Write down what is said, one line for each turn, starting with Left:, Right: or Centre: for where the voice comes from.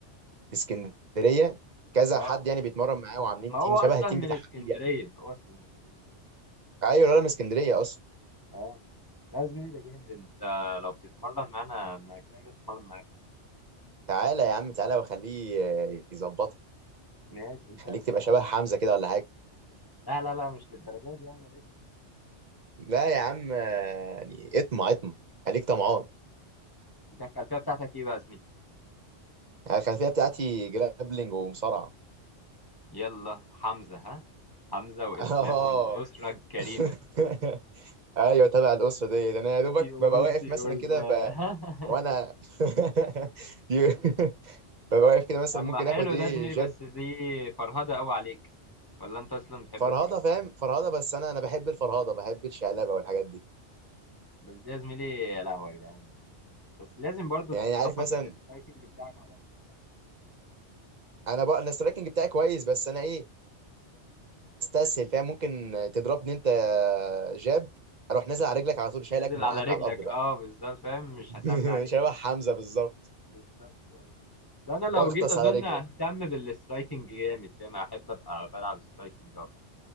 Right: في اسكندريه كذا
Left: اه
Right: حد يعني بيتمرن معاه وعاملين
Left: ما هو
Right: تيم
Left: اصلا
Right: شبه التيم
Left: من
Right: بتاع
Left: اسكندريه
Right: حبيب يعني
Left: هو اصلا من اسكندريه
Right: ايوه الولد من اسكندريه اصلا
Left: اه لا يا زميلي ده جامد انت لو بتتمرن معانا انا كده جاي اتمرن معاك
Right: تعالى يا عم تعالى واخليه آه، يظبطك
Left: ماشي انت
Right: خليك
Left: الخلفيه
Right: تبقى شبه
Left: بتاعتك
Right: حمزه كده
Left: إيه؟
Right: ولا حاجه
Left: لا لا لا مش للدرجه دي يعني بس
Right: لا يا عم آه، يعني اطمع اطمع خليك طمعان
Left: انت الخلفيه بتاعتك ايه بقى يا زميلي
Right: أنا الخلفيه بتاعتي جرابلنج ومصارعه
Left: يلا حمزه ها حمزه
Right: <laughs>
Left: واسلام
Right: اه
Left: والاسره الكريمه
Right: <laughs> ايوه تابع الاسره دي ده انا يا دوبك
Left: انتي وانتي
Right: ببقى واقف مثلا
Left: وال-
Right: كده ب...
Left: <laughs>
Right: وانا <laughs> يو- ببقى واقف كده مثلا
Left: اما
Right: ممكن
Left: حلو
Right: اخد ايه
Left: ده يا زميلي
Right: جاب
Left: بس دي فرهده قوي عليك ولا انت اصلا بتحب
Right: فرهضه
Left: الفرهده
Right: فاهم فرهضه بس انا انا بحب الفرهضه بحب الشقلبه والحاجات دي
Left: بس ده يا زميلي يا لهوي يا جدعان بس لازم برضو
Right: يعني
Left: تظبط
Right: عارف مثلا
Left: السترايكنج بتاعك على ال... على الوقت
Right: انا بقى انا السترايكنج بتاعي كويس بس انا ايه بستسهل فاهم ممكن تضربني انت جاب اروح نازل على رجلك على طول شايلك
Left: نازل
Right: وموقعك
Left: على رجلك
Right: على الارض بقى
Left: اه بالظبط فاهم مش
Right: <laughs>
Left: هسمع عليك
Right: شبه حمزة بالظبط
Left: بالظبط أيوة. لا انا لو
Right: بغطس
Left: جيت اظن
Right: على رجلك
Left: اهتم بالسترايكنج جامد فاهم احب ابقى بلعب سترايكنج اكتر